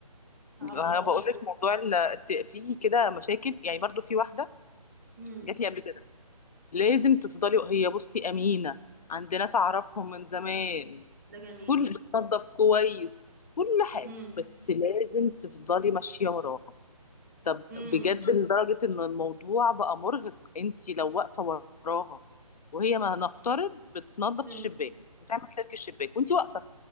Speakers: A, on the right (about 25°); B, on the left (about 80°).
A: صعبة
B: انا بقول لك موضوع ال- الت- فيه كده مشاكل يعني برضو في واحده
A: امم
B: جات لي قبل كده لازم تفضلي هي بصي امينه عند ناس اعرفهم من زمان
A: ده جميل
B: كل بتنظف كويس كل حاجه
A: امم
B: بس لازم تفضلي ماشيه وراها طب
A: امم
B: بجد لدرجه ان الموضوع بقى مرهق انت لو واقفه وراها وهي ما نفترض بتنظف
A: امم
B: الشباك بتعمل سلك الشباك وانت واقفه